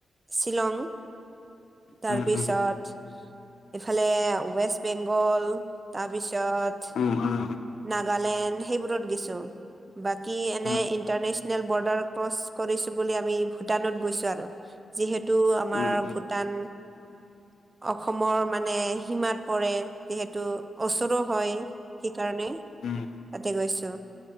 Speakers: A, on the right; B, on the left.
A: শ্বিলং। তাৰপিছত
B: উম, উম,
A: ইফালে ৱেষ্ট বেংগল। তাৰপিছত
B: উম, উম,
A: নাগালেণ্ড সেইবোৰত গেছো। বাকী এনে
B: উম,
A: ইণ্টাৰনেচনেল বৰ্ডাৰ ক্ৰচ কৰিছো বুলি আমি ভূটানত গৈছো আৰু। যিহেতু আমাৰ
B: উম, উম,
A: ভূটান অসমৰ মানে সীমাত পৰে যিহেতু ওচৰ হয় সেইকাৰণে।
B: উম,
A: তাতে গৈছো